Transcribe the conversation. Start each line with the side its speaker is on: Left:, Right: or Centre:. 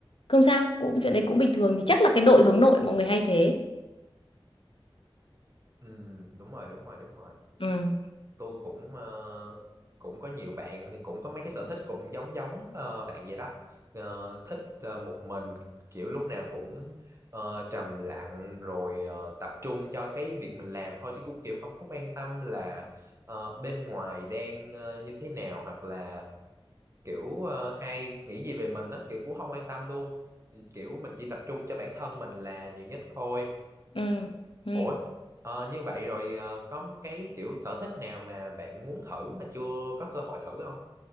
Left: không sao cũng chuyện đấy cũng bình thường thì chắc là cái đội hướng nội mọi người hay thế
Right: ừ đúng rồi đúng rồi đúng rồi
Left: ừ
Right: tôi cũng ờ, cũng có nhiều bạn thì cũng có mấy cái sở thích cũng giống giống ờ, bạn vậy đó Ờ, thích ờ, một mình kiểu lúc nào cũng ờ, trầm lặng rồi ờ, tập trung cho cái việc mình làm thôi chứ cũng kiểu không có quan tâm là ờ, bên ngoài đang ờ, như thế nào hoặc là kiểu ờ, ai nghĩ gì về mình á kiểu cũng không quan tâm luôn Thì kiểu mình chỉ tập trung cho bản thân mình là nhiều nhất thôi
Left: ừ ừ
Right: Ủa, ờ, như vậy rồi ờ, có cái kiểu sở thích nào mà bạn muốn thử mà chưa có cơ hội thử không?